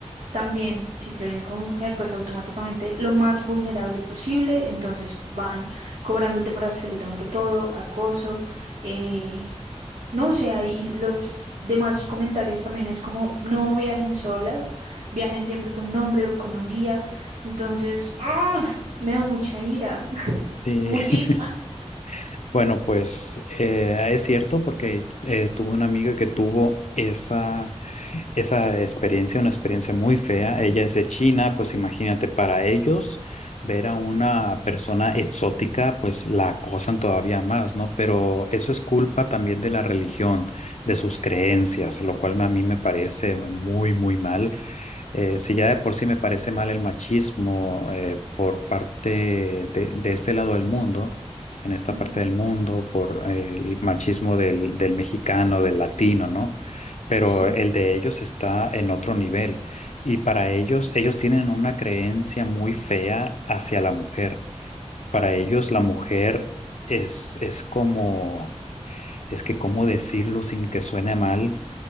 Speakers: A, on the right; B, on the left.
A: también si te ven como mujer, pues automáticamente lo más vulnerable posible, entonces van cobrándote por absolutamente todo, acoso, eh, no, o sea, y los demás comentarios también es como, no viajen solas, viajen siempre con un hombre o con un guía. Entonces, ¡ah! me da mucha ira, <laughs>
B: sí.
A: muchísima.
B: <laughs> Bueno, pues eh, es cierto porque eh, tuve una amiga que tuvo esa Esa experiencia, una experiencia muy fea. Ella es de China, pues imagínate, para ellos ver a una persona exótica, pues la acosan todavía más, ¿no? Pero eso es culpa también de la religión, de sus creencias, lo cual a mí me parece muy, muy mal. Eh, si ya de por sí me parece mal el machismo eh, por parte de, de este lado del mundo, en esta
A: Ujú,
B: parte del mundo, por eh, el machismo del, del mexicano, del latino, ¿no? Pero
A: Sí.
B: el de ellos está en otro nivel y para ellos, ellos tienen una creencia muy fea hacia la mujer. Para ellos la
A: ujú,
B: mujer es, es como, es que cómo decirlo sin que suene mal